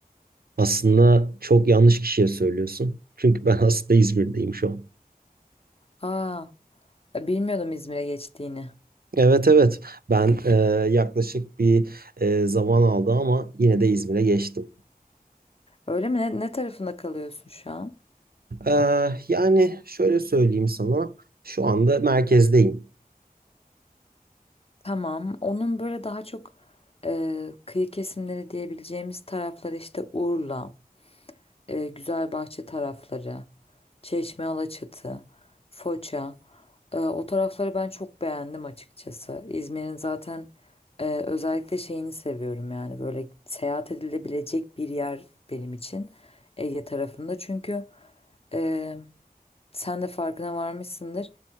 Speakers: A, on the right; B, on the left.
A: Aslında çok yanlış kişiye söylüyorsun. Çünkü ben <laughs> aslında İzmir'deyim şu an.
B: Aa, e, bilmiyordum İzmir'e geçtiğini.
A: Evet evet ben e, yaklaşık bir e, zaman aldı ama yine de İzmir'e geçtim.
B: Öyle mi? Ne, ne tarafında kalıyorsun şu an?
A: E, yani şöyle söyleyeyim sana şu anda merkezdeyim.
B: Tamam. Onun böyle daha çok e, kıyı kesimleri diyebileceğimiz tarafları işte Urla, e, Güzelbahçe tarafları. Çeşme, Alaçatı, Foça. Ee, o tarafları ben çok beğendim açıkçası. İzmir'in zaten e, özellikle şeyini seviyorum yani böyle seyahat edilebilecek bir yer benim için Ege tarafında. Çünkü e, sen de farkına varmışsındır.